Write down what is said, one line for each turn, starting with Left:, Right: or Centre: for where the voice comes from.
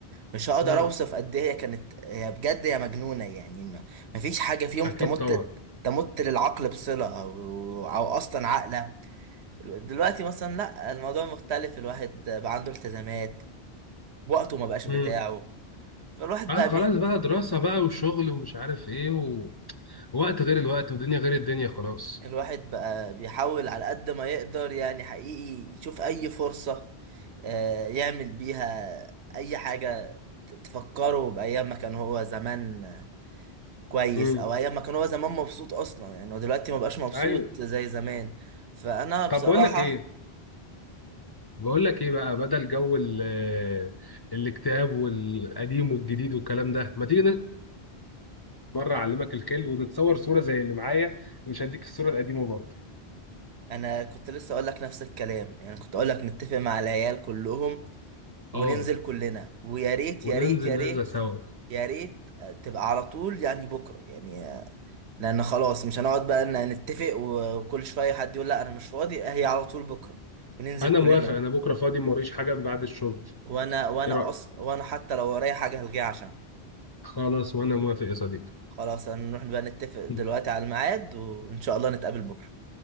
Right: مش هقدر
Left: مم.
Right: اوصف قد ايه هي كانت هي بجد هي مجنونة يعني ما مفيش حاجة في يوم
Left: اكيد
Right: تمت
Left: طبعا
Right: تمت للعقل بصلة أو أو أصلا عاقلة دلوقتي مثلا لأ الموضوع مختلف الواحد بقى عنده التزامات وقته ما بقاش بتاعه
Left: اه
Right: فالواحد
Left: اه
Right: بقى
Left: خلاص
Right: بي...
Left: بقى دراسة بقى وشغل ومش عارف ايه و... وقت غير الوقت ودنيا غير الدنيا خلاص
Right: الواحد بقى بيحاول على قد ما يقدر يعني حقيقي يشوف أي فرصة آه، يعمل بيها أي حاجة ت- تفكره بأيام ما كان هو زمان كويس
Left: امم
Right: أو أيام ما كان هو زمان مبسوط أصلا يعني هو دلوقتي ما بقاش مبسوط
Left: ايوه
Right: زي زمان فأنا بصراحة
Left: طب بقول لك ايه بقول لك ايه بقى بدل جو ال... آه، الاكتئاب والقديم والجديد والكلام ده ما تيجي مرة اعلمك الخيل ونتصور صورة زي اللي معايا ومش هديك الصورة القديمة برضه
Right: انا كنت لسه اقول لك نفس الكلام يعني كنت اقول لك نتفق مع العيال كلهم وننزل
Left: اه
Right: كلنا ويا ريت
Left: وننزل
Right: يا ريت يا
Left: نازلة
Right: ريت
Left: سوا
Right: يا ريت آه، تبقى على طول يعني بكره يعني آه، لان خلاص مش هنقعد بقى ان نتفق وكل شويه حد يقول لا انا مش فاضي هي على طول بكره وننزل
Left: انا
Right: كلنا
Left: موافق انا بكرة فاضي موريش حاجة من بعد الشغل
Right: وانا وانا
Left: ايه رأيك
Right: اصلا وانا حتى لو ورايا حاجه هلغيها عشان
Left: خلاص وانا موافق يا صديقي
Right: خلاص هنروح بقى نتفق دلوقتي
Left: <laughs>
Right: على الميعاد وان شاء الله نتقابل بكره